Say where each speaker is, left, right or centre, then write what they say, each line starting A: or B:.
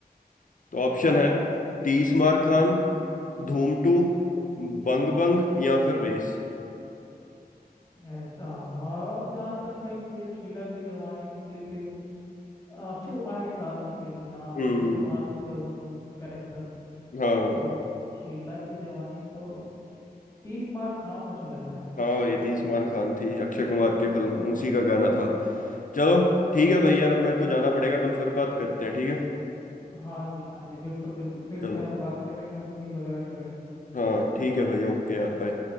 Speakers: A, on the left (about 55°); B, on the left (about 20°).
A: तो ऑप्शन
B: हाँ
A: है
B: यार
A: तीस मार खान धूम टू बंग बंग या फिर रेस
B: ऐसा हाँ जहाँ तक है कि ये शीला की जवानी निकली थी अक्षय कुमार के साथ निकली थी हाँ
A: हम्म
B: अक्षय कुमार थे उसमें कैरेक्टर
A: हाँ
B: तो शीला की जवानी तो तीस मार खा मुझे लग रहा है
A: हाँ भाई तीस मार खान थी अक्षय कुमार की फिल्म उसी का गाना था चलो ठीक है भाई यार अब मेरे को जाना पड़ेगा अपन फिर बात करते हैं ठीक है
B: हाँ जी हाँ जी बिल्कुल बिल्कुल फिर
A: चलो
B: से हम बात करेंगे और क्विज वगैरह करेंगे
A: हाँ ठीक है भाई ओके यार बाय